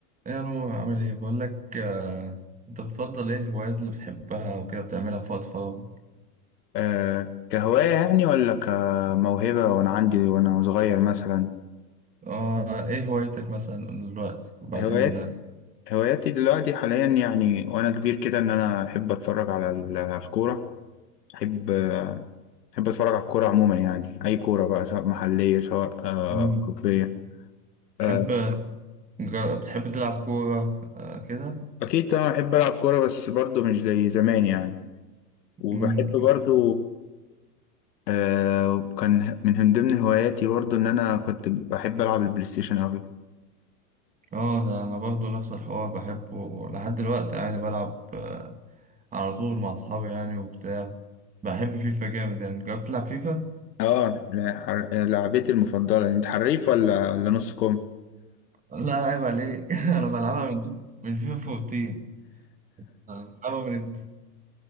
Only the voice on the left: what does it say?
أه كهواية يعني ولا كموهبة وأنا عندي وأنا صغير مثلا
هوايات
هواياتي دلوقتي حاليا يعني وأنا كبير كده إن أنا أحب أتفرج على ال- الكورة أحب آه، أحب أتفرج على الكورة عموما يعني أي كورة بقى سواء محلية سواء آه،
أوروبية
أه
أكيد طبعا أحب ألعب كورة بس برضو مش زي زمان يعني وبحب
برضو أه كان من ضمن هواياتي برضو إن أنا كنت بحب ألعب البلاي ستيشن أوي
اه لا، حر- لعبتي المفضلة انت حريف ولا ولا نص كم